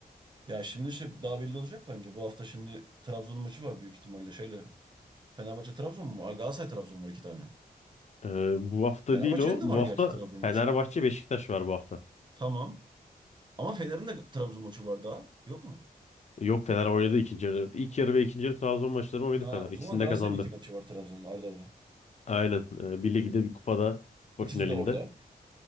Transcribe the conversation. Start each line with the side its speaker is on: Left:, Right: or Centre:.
Right: Ya şimdi şey daha belli olacak bence. Bu hafta şimdi Trabzon maçı var büyük ihtimalle şeyle. Fenerbahçe Trabzon mu? var? Galatasaray Trabzon var iki tane.
Left: E, bu hafta
Right: Fenerbahçe'nin
Left: değil o.
Right: de
Left: Bu
Right: var gerçi
Left: hafta
Right: Trabzon maçı.
Left: Fenerbahçe Beşiktaş var bu hafta.
Right: Tamam. Ama Fener'in de Trabzon maçı var daha. Yok mu?
Left: Yok Fener oynadı ikinci yarı. İlk yarı ve ikinci yarı Trabzon maçlarını oynadı
Right: Ha,
Left: Fener.
Right: o
Left: İkisini
Right: zaman Galatasaray'ın
Left: de kazandı.
Right: iki maçı var Trabzon'la arda arda.
Left: Aynen. E, bir ligde bir kupada kupa
Right: İkisi
Left: finalinde.
Right: de orada.